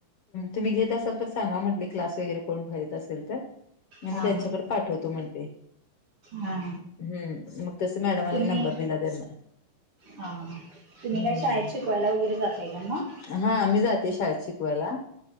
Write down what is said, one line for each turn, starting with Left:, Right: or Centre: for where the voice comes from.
Left: तुम् घे असाल तर सांगा म्हटले क्लास वगैरे कोण घे यत असेल तर, आ
Right: हा
Left: मी त्यांच्याकडे
Right: हा हा
Left: पाठवतो म्हणते.
Right: हा.
Left: हम्म, मग तस मॅडमनी
Right: तुम्ही
Left: नंबर दिला त्यांना.
Right: हा हा तुम्ही
Left: हम्म
Right: काय शाळेत शिकवायला वगैरे जातय का मग?
Left: हा मी जाते शाळेत शिकवायला.